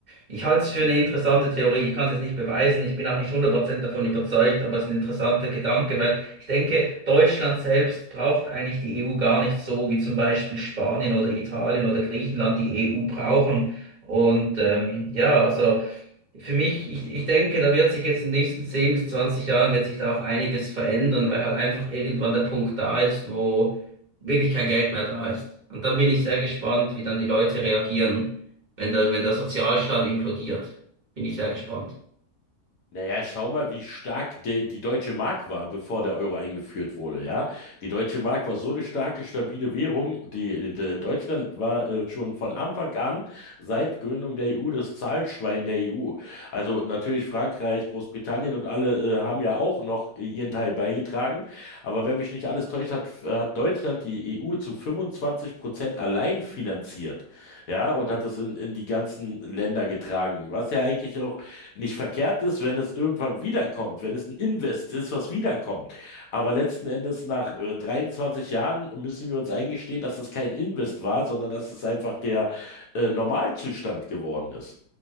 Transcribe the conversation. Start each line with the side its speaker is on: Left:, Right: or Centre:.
Right: ich halte es für eine interessante Theorie. Ich kann es jetzt nicht beweisen, ich bin auch nicht 100% davon überzeugt, aber es ist ein interessanter Gedanke, weil ich denke, Deutschland selbst braucht eigentlich die EU gar nicht so, wie zum Beispiel Spanien oder Italien oder Griechenland die EU brauchen. Und ähm, ja, also für mich, ich, ich denke, da wird sich jetzt in den nächsten 10 bis 20 Jahren wird sich da auch einiges verändern, weil halt einfach irgendwann der Punkt da ist, wo wirklich kein Geld mehr da ist. Und dann bin ich sehr gespannt, wie dann die Leute reagieren, wenn der, wenn der Sozialstaat implodiert. Bin ich sehr gespannt.
Left: Naja, schau mal, wie stark de, die deutsche Mark war, bevor der Euro eingeführt wurde, ja. Die deutsche Mark war so eine starke, stabile Währung. Die, die, Deutschland war äh, schon von Anfang an, seit Gründung der EU, das Zahlschwein der EU. Also natürlich Frankreich, Großbritannien und alle äh, haben ja auch noch äh, ihren Teil beigetragen. Aber wenn mich nicht alles täuscht, hat, hat Deutschland die EU zu 25 Prozent allein finanziert. ja, und hat das in, in die ganzen Länder getragen. Was ja eigentlich auch nicht verkehrt ist, wenn es irgendwann wiederkommt, wenn es ein Invest ist, was wiederkommt. Aber letzten Endes, nach äh, 23 Jahren, müssen wir uns eingestehen, dass es kein Invest war, sondern dass es einfach der äh, Normalzustand geworden ist.